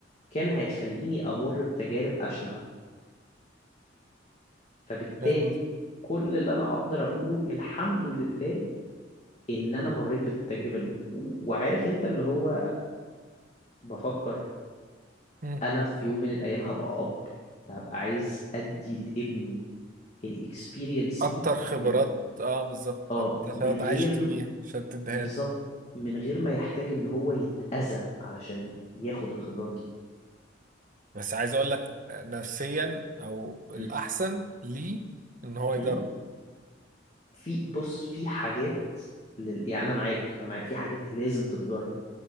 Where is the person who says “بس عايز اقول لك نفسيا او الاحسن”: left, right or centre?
Right